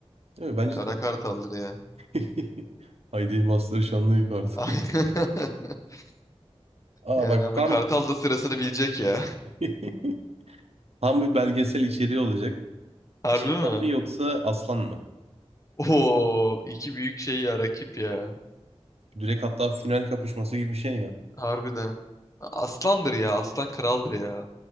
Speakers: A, on the right; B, on the left.
A: Değil mi? Bence
B: Kara
A: de.
B: kartaldır ya.
A: <laughs> Haydi bastır şanlı kartal.
B: <laughs>
A: <laughs> Aa
B: Yani
A: bak
B: ama
A: tam
B: Kartal da sırasını bilecek ya.
A: <laughs> tam bir belgesel içeriği olacak.
B: Harbi
A: Çiğdem
B: mi?
A: mi yoksa Aslan mı?
B: Oo, iki büyük şey ya rakip ya.
A: Direkt hatta final kapışması gibi bir şey ya.
B: Harbiden. Aslandır ya. Aslan kraldır ya.